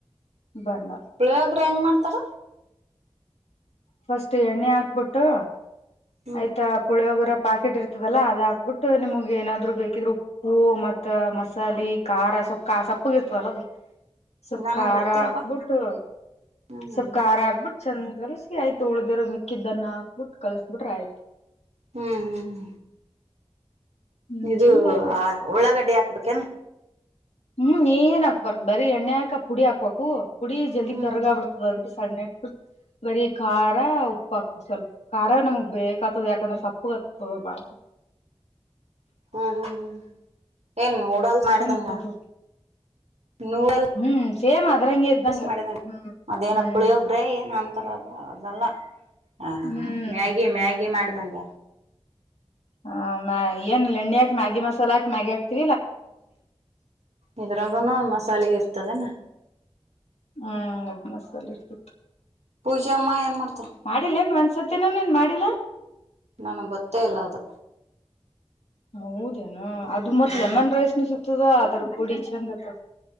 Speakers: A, on the left; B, on the right.
A: ಬಂದಾಳ್
B: ಪುಳಿಯೋಗರು ಹೆಂಗ್ ಮಾಡ್ತಾರ
A: ಫಸ್ಟ್ ಎಣ್ಣೆ ಹಾಕ್ಬಿಟ್ಟು
B: ಹ್ಮ್
A: ಆಯ್ತಾ ಪುಳಿಯೋಗರ ಪಾಕೆಟ್ ಇರ್ತದಲ್ಲ ಅದ ಹಾಕ್ಬಿಟ್ಟು ನಿಮಗ್ ಏನಾದ್ರು ಬೇಕಿದರು ಉಪ್ಪು ಮತ್ ಮಸಾಲೆ ಖಾರ ಸೊಪ್ಪ ಸೊಪ್ಪುಗ ಇರ್ತದಲ್ಲ ಸ್ವಲ್
B: ನನಗ್
A: ಖಾರ
B: ಗೊತ್ತಿಲ್ಲಪ್ಪಾ
A: ಆಾಕ್ಬಿಟ್ಟು
B: ಹ್ಮ್
A: ಸ್ವಲ್ಪ್ ಖಾರ ಆಕ್ಬಿಟ್ಟ ಚಂದ ಕೆಲಸಿ ಆಯ್ತು ಉಳಗರರು ಮಿಕ್ಕಿದ್ದನ್ನ ಹಾಕ್ಬಿಟ್ಟು ಕಲ್ಸಬಿಟ್ರೆ ಆಯ್ತು
B: ಹ್ಮ್ ಹ್ಮ
A: ಹ್ಮ್
B: ಇದು
A: ಚಂದ ಆತು
B: ಆ ಉಳ್ಳಾಗಡ್ಡೆ ಹಾಕ್ಬೇಕೇನಾ
A: ಹ್ಮ್ ಏನ್ ಹಾಕ್ಬಾರ್ದು ಬರೀ ಎಣ್ಣೆಕ ಪುಡಿ ಹಾಕ್ಬೇಕು ಪುಡಿ ಜಲ್ದಿ
B: ಹ್ಮ್
A: ಕರ್ಗ ಆ ಬರ್ತದ ಅದಕ್ಕೆ ಸಣ್ಣ ನಟ್ು ಬರೀ ಖಾರ ಉಪ್ಪ ಹಾಕ್ಬಿಟ್ಟ ಸ್ವಲ್ಪ ಖಾರ ನಮ್ಗ್ ಬೇೇಕ ಆತದೆ ಯಾಕಂದ್ರೆ ಸಪ್ಪುಗತ್ತತದೆ ಬಾಳ ಸ
B: ಹ್ಮ್ ಹ್ಮ್ ಹ್ಮ್ ಏ ನೋಡಲ್ ಮಾಡಿದಂಗ
A: ಚಂದ ಆತದ
B: ನೂಡಲ್
A: ಹ್ಮ್ ಸೇಮ್ ಅದ್ರಂಗೆ ಇದ್ದಂಗ
B: ಯ ಮಾಡಿದ
A: ಹ್ಮ್
B: ಅದೇನ
A: ಹ್ಮ್
B: ಪುಳಿಯೋಗ್ರೆ ನಮ ರದ ಅದೆಲ್ಲ ಹ
A: ಹ್ಮ್
B: ಮ್ಯಾಗಿ ಮ್ಯಾಗಿ ಮಾಡಿದಂಗ
A: ಹ ಏನ್ ಎಣ್ಣ್ಯಕ್ ಮ್ಯಾಗಿ ಮಸಾಲ ಹಾಕ್ ಮ್ಯಾಗಿ ಹ ಆಕ್ತಿ
B: ಇದ್ರಾಗನ ಮಸಾಲೆೆಗೆ ಇರ್ತದನಾ
A: ಹ್ಮ್ ಅದ್ಮಸಾಲ ಇರ್ತಿತ್ತು
B: ಪೂಜಮ್ಮ ಏನ್ ಮಾಡ್ತಾರೆ
A: ಮಾಡಿಲ್ಲೇನ್ ಒಂದ್ಸತಿನೂ ನೀನ್ ಮಾಡಿಲ್ಲ
B: ನನ್ಗ್ ಗೊತ್ತೇ ಇಲ್ಲ ಅದು
A: ಹೌದೇನು
B: ಹ್ಮ್
A: ಅದು ಮತ್
B: ಹ್ಮ್
A: ಲೆಮನ್ ರೈಸ್ನು ಸಿತದ ಅದ್ರ ಪುಡಿ ಚಂದ ಇರ್ತದ